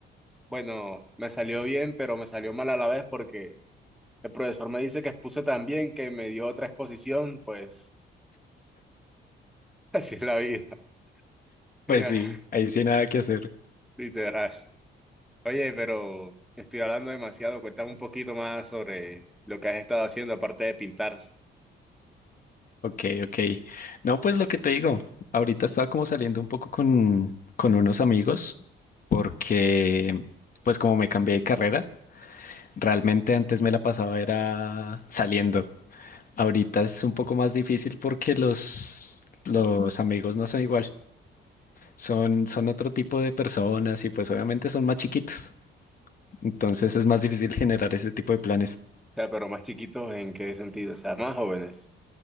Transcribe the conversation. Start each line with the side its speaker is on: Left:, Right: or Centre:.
Centre: bueno, me salió bien, pero me salió mal a la vez porque el profesor me dice que expuse tan bien que me dio otra exposición, pues <laughs> así es la vida, <laughs>
Left: pues sí, ahí sí nada que hacer.
Centre: literal. Oye, pero estoy hablando demasiado. Cuéntame un poquito más sobre lo que has estado haciendo aparte de pintar. O
Left: Ok, ok. No, pues lo que te digo, ahorita estaba como saliendo un poco con, con unos amigos porque, pues como me cambié de carrera. Realmente antes me la pasaba era saliendo. Ahorita es un poco más difícil porque los, los amigos no son igual. Son, son otro tipo de personas y pues obviamente son más chiquitos. Entonces es más difícil generar ese tipo de planes.
Centre: sea, pero más chiquitos, ¿en qué sentido? O sea, más jóvenes.